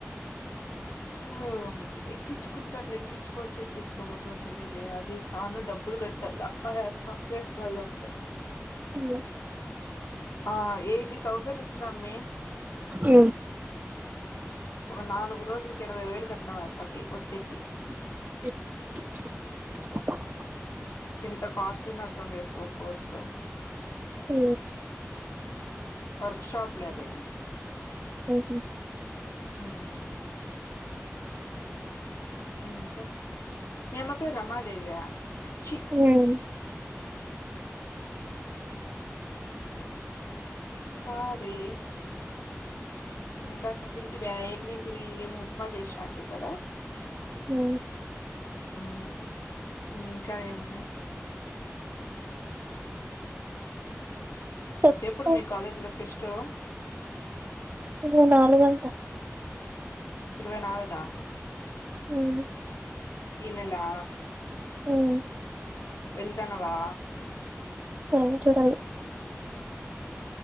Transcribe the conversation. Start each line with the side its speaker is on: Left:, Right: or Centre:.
Left: హామ్ ఎక్కిచ్చుకుంటె అట్ల ఎక్కిచ్చుకోచ్చొ ఎక్కిచ్చుకోకూడ్దొ తెలీదె అది చాన డబ్ బ్బులు కట్టల్ల అలాంటి సాఫ్ట్వేర్స్ కావలంటే
Right: ఊ
Left: ఆ ఎయిటీ థౌజండ్ ఇచ్చినమ్మే
Right: ఉమ్.
Left: ఒక నాలుగు రోజులకి ఎనభై వేలు కట్నం అయప్పకి ఒచ్చేకి
Right: ఎస్
Left: ఎంత కాస్ట్లీనో అర్థం చేస్కో కోర్సు
Right: ఊ
Left: వర్క్ షాప్ లేదయా.
Right: ఉహూ.
Left: ఆహ్. ఇంక మీ అమ్మ పేర్ రమాదేవియా చీ.
Right: హ్మ్.
Left: సారి. ఇంకా తింటివ ఏం తింటివి ఎమో ఉప్మా చేసినా అంటివి కదా
Right: ఉ
Left: మ్ ఇంకా ఏమి ఉన్నాయ్
Right: చెప్పు
Left: ఎప్పుడు మీ కాలేజ్లో ఫెస్టు
Right: ఇర్వై నాలుగంటా.
Left: ఇరవై నాలుగా.
Right: అవ్ను.
Left: ఇన్నెలా.
Right: ఆహ్.
Left: వెళ్తున్నావా.
Right: ఏమో చూడలి.